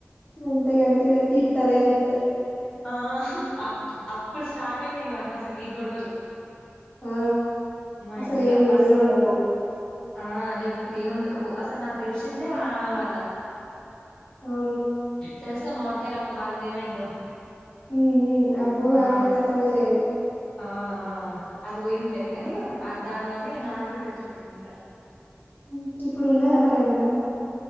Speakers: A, on the left (about 50°); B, on the left (about 20°).
A: అంతే గంతే ఇగ తీతే అదే తీతరు
B: ఆహ్ అప్ అప్పుడు స్టార్ట్ అయిన ఇవన్నీ అసలు ఈ గొడవలు
A: ఆ
B: మా
A: అసలు
B: ఇంట్ల
A: ఏం లొల్లిలే
B: ఫస్ట్
A: ఉండపోవు
B: ఆ లేకపోతే ఏం ఉండకపో అసలు నాకు తెలిసిందే ఆమె వల్ల
A: అవును
B: తెలుసు గద మావిడకలప్పుడు వాళ్ళది ఏమైందో
A: ఊ ఊ అబ్బో
B: ఆ
A: అళ్ళ కత వేరే ఇంగ
B: ఆ ఆ అది పోయిందిలే కానీ ఆ దానివల్ల ఇగ నాది కూడా తెలిసిపోయింది ఇంట్ల
A: ఊ ఇప్పుడు ఉన్నరా మరి ఎవరనా